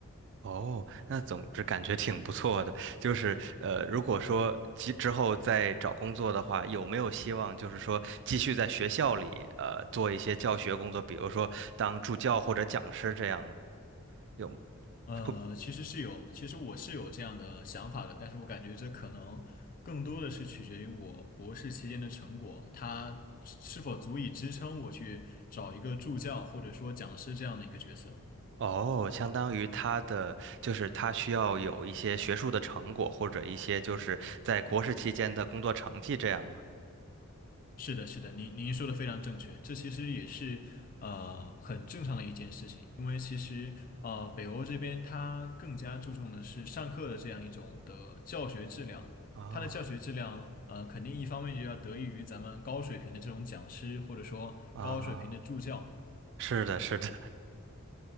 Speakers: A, on the right; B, on the left.
A: 哦，那总之感觉挺不错的。就是呃，如果说之之后再找工作的话，有没有希望就是说继续在学校里呃做一些教学工作，比如说当助教或者讲师这样呢？有
B: 呃，
A: 会
B: 其实是有，其实我是有这样的想法的，但是我感觉这可能更多的是取决于我博士期间的成果，它是否足以支撑我去找一个助教或者说讲师这样的一个角色。
A: 哦，相当于他的就是他需要有一些学术的成果或者一些就是在国士期间的工作成绩这样吗？
B: 是的，是的，您您说的非常正确，这其实也是呃很正常的一件事情，因为其实呃北欧这边它更加注重的是上课的这样一种的教学质量，
A: 啊
B: 它的教学质量呃肯定一方面就要得益于咱们高水平的这种讲师或者说高水平的助教，
A: 啊，是的，是的。